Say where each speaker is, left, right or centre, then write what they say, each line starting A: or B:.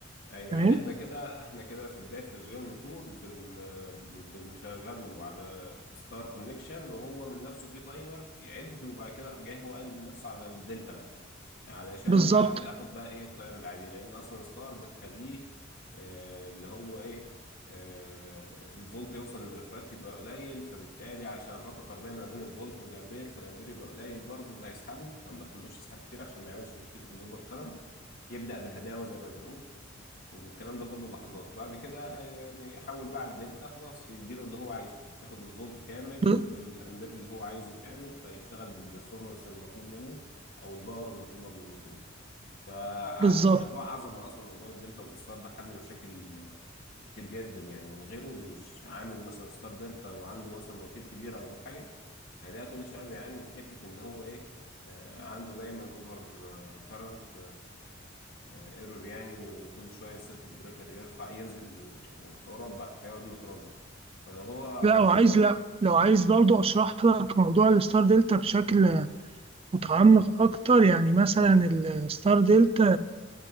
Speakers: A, on the left (about 50°); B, on the right (about 30°).
A: ايوه
B: تمام
A: يعني احنا كده احنا كده في بدايه تشغيل الموتور بن ب- بنشغله على ستار كونكشن وهو من نفسه في تايمر يعد وبعد كده راح جاي هو قالب من نفسه على الدلتا بقى علشان
B: بالظبط
A: بعد كده اخد بقى ايه التيار العادي لان اصلا ستار بتخليه آه، اللي هو ايه آه، الفولت يوصل للملفات يبقى قليل فبالتالي علشان العلاقه الطرديه ما بين الفولت والامبير فالامبير يبقى قليل برضه اللي هيسحبه فما تخلوش يسحب كتير عشان ما يعملش مشكله الاوفر كارنت يبدا بهداوه زي ما بنقول والكلام ده كله لحظات بعد كده يعني حول بقى على الدلتا خلاص يديله اللي هو عايزه ياخد الفولت كامل
B: ب-
A: بالامبير اللي هو عايزه كامل فيشتغل بالبرفورمانس المطلوب منه او الباور المطلوبه من الموتور فموضوع
B: بالظبط
A: عظمه اصلا موضوع الدلتا والستار ده حل مشاكل آه، كتير جدا يعني من غيره اللي مش عامل مثلا ستار دلتا وعنده مثلا مواتير كبيره ولا حاجه هيلاقي كل شويه بيعاني من حته ان هو ايه آه، عنده دايما اوفر كارنت ايرور يعني و- وكل شويه السيركت بريكر يرفع ينزل و- وحوارات بقى هيقعد مترازم فلو هو
B: لا
A: مش
B: وعايز
A: ظابط
B: لا لو عايز برضه اشرح لك موضوع الستار دلتا بشكل متعمق أكتر يعني مثلا الستار دلتا